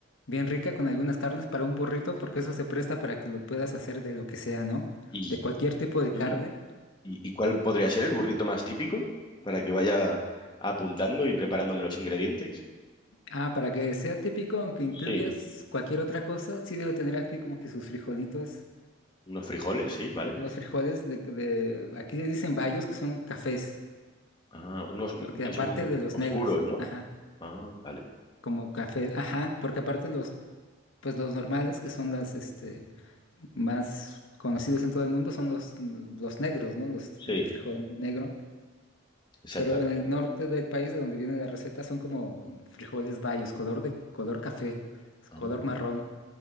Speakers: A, on the left; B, on the left.
A: bien rica con algunas carnes para un burrito, porque eso se presta para que lo puedas hacer de lo que sea, ¿no?
B: ¿Y,
A: De cualquier tipo de
B: ¿Mm?
A: carne.
B: y, y cuál podría ser el burrito más típico para que vaya apuntando y preparándome los ingredientes?
A: Ah, para que sea típico, aunque incluyas
B: Sí,
A: cualquier otra cosa, sí debe tener aquí como que sus frijolitos.
B: unos frijoles, sí, ¿vale?
A: Los frijoles de, de, aquí le dicen bayos, que son cafés,
B: Ah, unos
A: porque
B: que
A: aparte
B: son
A: de los negros,
B: oscuros, ¿no?
A: ajá,
B: Ah, vale.
A: como café, ajá, porque aparte los pues los normales, que son las este, más conocidos en todo el mundo, son los, los negros, ¿no? Los,
B: Sí,
A: el frijol negro.
B: exactamente.
A: Pero en el norte del país, de donde viene la receta, son como frijoles bayos, color de color café,
B: Ah,
A: color marrón.